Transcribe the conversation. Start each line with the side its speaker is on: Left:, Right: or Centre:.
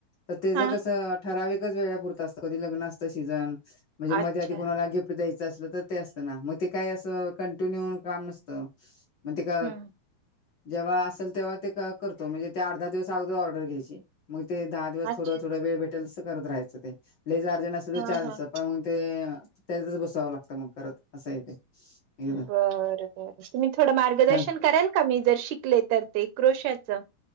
Left: तर तेचं
Right: हा
Left: कसं ठराविकच वेळापुरत असतं कधी लग्न असतं सीजन म्हणजे मध्ये
Right: अच्छा
Left: आधी कोणाला गिफ्ट दयाय. अस तर ते असत ना मग ते काही अस कंटिन्यू काम नसतं मग ते का
Right: हम्म.
Left: जेव्हा असेल तेव्हा ते करतो म्हणजे ते अर्धा दिवस अगदी ऑर्डर घ्यायची मग. ते दहा दिवस
Right: अच्छा
Left: थोडं थोडा वेळ भेटेल, त करत राहायचं ते. लईच अर्जंट असेल तर
Right: हा
Left: चार दिवसात
Right: हा.
Left: प मग ते त्याचच बसावं लागतं मग करत असय ते एकदा
Right: बर बर तुम्ही थोडं मार्गदर्शन
Left: सांग
Right: कराल का मी जर शिकले तर ते क्रोशाचं